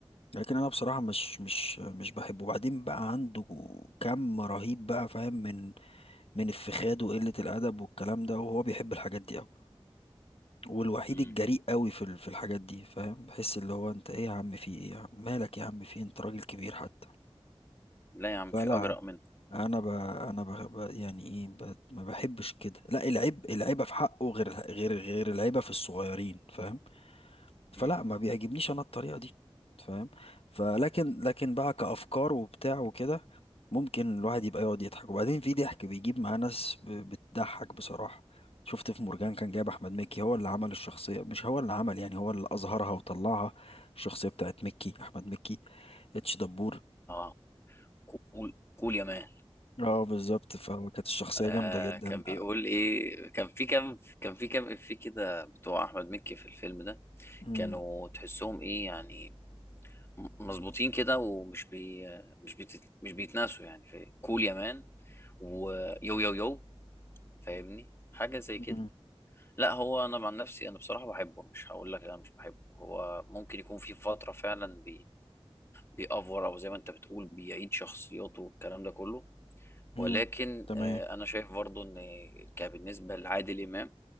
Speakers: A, on the left; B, on the left.
A: لكن أنا بصراحة مش مش مش بحبه وبعدين بقى عنده كم رهيب بقى فاهم من من الفخاد وقلة الأدب والكلام ده وهو بيحب الحاجات دي أوي والوحيد
B: مم.
A: الجريء قوي في ال- في الحاجات دي فاهم بحس اللي هو انت ايه يا عم في ايه يا عم مالك يا عم في إيه؟ انت راجل كبير حتى
B: لا يا عم
A: فلا
B: في اجرأ منه
A: انا ب... انا ب... ب... يعني ايه ب... ما بحبش كده لا العيب العيبه في حقه غير غير غير العيبه في الصغيرين فاهم فلا
B: مم.
A: ما بيعجبنيش انا الطريقه دي فاهم فلكن لكن بقى كافكار وبتاع وكده ممكن الواحد يبقى يقعد يضحك وبعدين في ضحك بيجيب معاه ناس ب... بتضحك بصراحه شفت في مرجان كان جايب احمد مكي هو اللي عمل الشخصيه مش هو اللي عمل يعني هو اللي اظهرها وطلعها الشخصيه بتاعت مكي احمد مكي اتش دبور
B: اه كول كول يا مان
A: اه بالظبط فكانت الشخصية
B: آه
A: جامدة جدا
B: كان بيقول ايه كان في كام كان في كام افيه كده بتوع احمد مكي في الفيلم ده
A: امم
B: كانوا تحسهم ايه يعني م- مظبوطين كده ومش بي مش بيت مش بيتناسوا يعني في كول يا مان ويو يو يو فاهمني حاجة زي كده
A: امم
B: لا هو انا مع نفسي انا بصراحة بحبه مش هقول لك لا مش بحبه هو ممكن يكون في فترة فعلا بيأفور او زي ما انت بتقول بيعيد شخصياته والكلام ده كله
A: امم
B: ولكن
A: تمام
B: آه، انا شايف برضو ان كبالنسبه لعادل امام